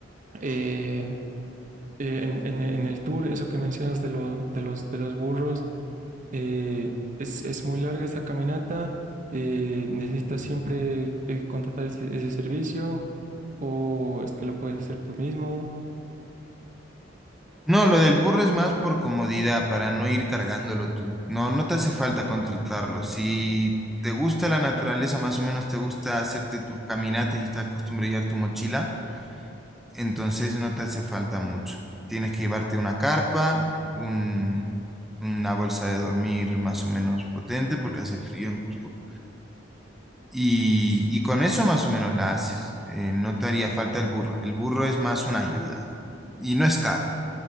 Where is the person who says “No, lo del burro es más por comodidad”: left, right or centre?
Centre